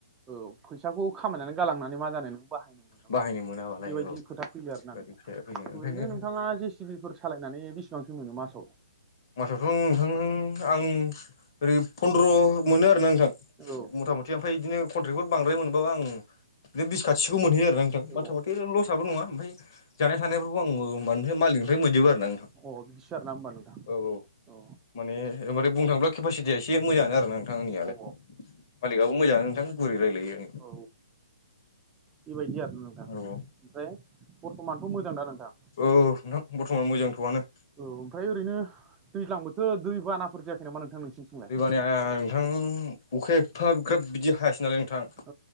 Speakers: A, on the right; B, on the left.
A: औ फैसाखौ खामायनानै गालांनानै मा जानो नों बाहायनो मोनाब्ला
B: बाहायनो मोनाबालाय
A: बेबायदि
B: औ
A: खोथा फैयो आरोना नोंथां
B: खोथाया फैयो ओंखायनो
A: ओरैनो नोंथाङा जेसिबिफोर सालायनानै बेसेबांसिम मोनो मासआव
B: मासावथ' नोंथां आं ओरै फन्द्र मोनो आरोना नोंथां
A: औ
B: मथा मथि ओमफ्राय बिदिनो कन्ट्रेकफोर बांद्राय मोनबावा आं बे बिस खाथिखौ मोनहैयो आरो नोंथां
A: अ
B: मथा मथि लस आबो नङा ओमफ्राय जानाय थानायफोरखौ आंङो माने मालिकनिफ्राय मोनजोबो आरो नोंथां
A: अ बिदि सो आरो ना होनबा नोंथां
B: औ
A: औ
B: माने ओमफ्राय बुंनो थाङोब्ला केपासिटिया एसे मोजाङानो आरोना नोंथां आंनियालाय
A: अ औ
B: मालिकआबो मोजां नोंथां गुरै रायलायो
A: औ बेबायदि आरो नों
B: औ
A: ओमफ्राय बर्थमानथ' मोजां दा नोंथां
B: औ नोंथां बर्थ'मान मोजांथ'आनो
A: औ ओमफ्राय ओरैनो दैज्लांबोथ' दै बानाफोर जायाखै नामा नोंथां नोंसिनिथिंलाय
B: दैबानाया नोंथां अखाया एफा ग्राब बिदि हायासै नालाय नोंथां
A: औ